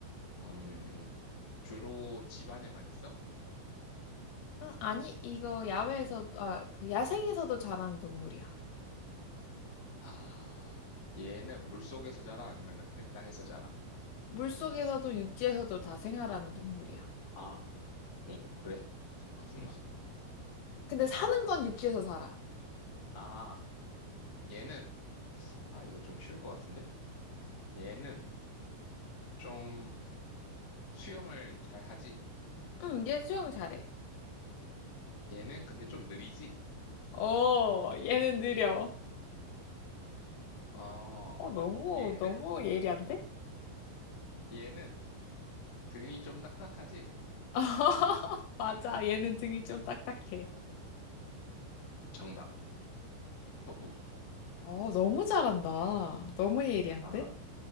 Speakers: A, on the left (about 30°); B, on the left (about 85°).
A: 음, 주로 집 안에만 있어?
B: 응, 아니, 이거 야외에서, 아, 그 야생에서도 자라는 동물이야.
A: 아, 얘는 물속에서 자라 아니면은 그냥 땅에서 자라?
B: 물속에서도 육지에서도 다 생활하는 동물이야.
A: 아, 오 어, 그래? 잠깐만.
B: 근데 사는
A: 아,
B: 건 육지에서 살아.
A: 아, 얘는 아, 이거 좀 쉬울 것 같은데? 얘는 좀 수영을 잘 하지?
B: 응, 얘 수영 잘해.
A: 얘는 근데 좀 느리지?
B: 어, 얘는 느려.
A: 어,
B: 어, 너무,
A: 얘는
B: 너무 예리한데?
A: 얘는 등이 좀 딱딱하지?
B: <laughs> 맞아, 얘는 등이 좀 딱딱해.
A: 정답. 거북이.
B: 어, 너무 잘한다. 너무 예리한데?
A: 아.